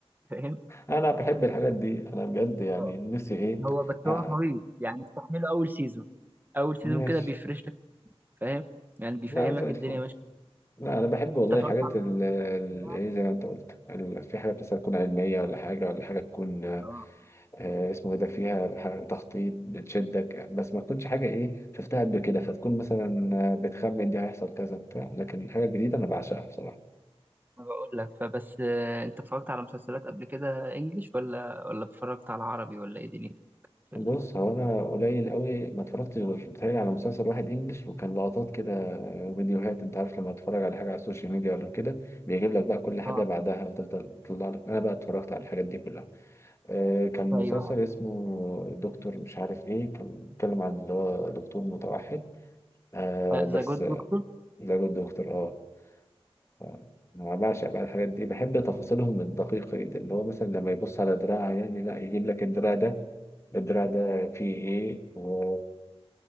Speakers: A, on the right (about 20°); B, on the left (about 25°).
A: فاهم
B: انا بحب الحاجات دي انا بجد يعني
A: آه.
B: نفسي ايه
A: هو بس
B: آه.
A: هو طويل يعني استحمله أول سيزون أول سيزون
B: ماشي
A: كده بيفرش لك فاهم يعني بيفهمك
B: لا زي الفل
A: الدنيا ماشية
B: لا انا بحب والله
A: أنت فاهم
B: الحاجات
A: على
B: اللي
A: طول؟
B: ايه زي ما انت قلت ال- في حاجات مثلا تكون علميه ولا حاجه ولا حاجه تكون آه،
A: آه.
B: اسمه ايه ده فيها حاجة تخطيط بتشدك بس ما تكونش حاجه ايه شفتها قبل كده فتكون مثلا آه، بتخمن دي هيحصل كذا بتاع لكن الحاجه الجديده انا بعشقها بصراحه
A: ما بقول لك فبس آه، انت اتفرجت على مسلسلات قبل كده انجليش ولا ولا اتفرجت على عربي ولا ايه دي في
B: بص
A: ال...
B: هو انا قليل قوي ما اتفرجتش غير بتهيألي على مسلسل واحد انجلش وكان لقطات كده وفيديوهات انت عارف لما تتفرج على حاجه على السوشيال ميديا ولا كده بيجيب لك بقى كل حاجه
A: اه
B: بعدها وتفضل تطلع لك انا بقى اتفرجت على الحاجات دي كلها آه، كان مسلسل
A: ايوه
B: اسمه دكتور مش عارف ايه كان بيتكلم عن اللي هو دكتور متوحد آه بس
A: ذا جود
B: آه،
A: دكتور
B: ده جود دكتور اه ف- انا بعشق بقى الحاجات دي بحب تفاصيلهم الدقيقة جدا اللي هو مثلا لما يبص على دراع عيان لا يجيب لك الدراع ده الدراع ده فيه ايه وكل